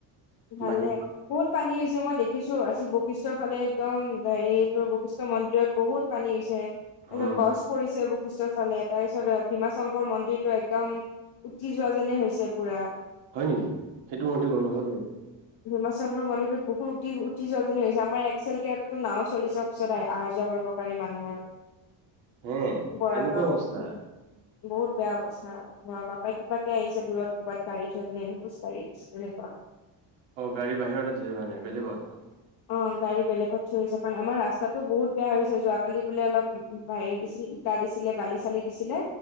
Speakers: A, on the left (about 55°); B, on the right (about 80°).
A: ভালে।
B: বাকী
A: বহুত পানী হৈছে মই দেখিছো, আজি বৈশিষ্ঠৰ ফালে একদম হেৰি, এইটো বৈশিষ্ঠ মন্দিৰত বহুত পানী হৈছে। তাৰ
B: উম
A: পিছত গছ পৰিছে বৈশিষ্টৰ ফালে। তাৰ পিছত, ভীমা শংকৰ মন্দিৰটো একদম উটি যোৱা যেনে হৈছে পোৰা।
B: হয় নেকি। সেইটো মই দিব নোৱাৰোঁ।
A: হিমাচংগ্ৰ মন্দিৰটোত বহু উটি উটি জুৱা যেন হৈছে। আমাৰ এক্সেল কেৰাততো নাওঁ চলিছে অফিচত আহা যোৱা কৰিব। তাৰে মানুহৰ,
B: হে
A: বৰাগাঁও,
B: এনেকুৱা অৱস্থা
A: উম। বহুত বেয়া অৱস্থা। ঘৰ বাপেক কিবাকে আহিছে দূৰত কবাত গাড়ী থৈ পিনে। খোজকাঢ়ি খোজকাঢ়ি
B: অ', গাড়ী বাহিৰত আছে মানে বেলেগত?
A: অ', গাড়ী বেলেগত থৈ আহিছে। কাৰণ আমাৰ ৰাস্তাতো বহুত বেয়া হৈছে যোৱাকালি বোলে অলপ উ, বাৰি দিছিলে, ইটা দিছিলে, বালি-চালি দিছিলে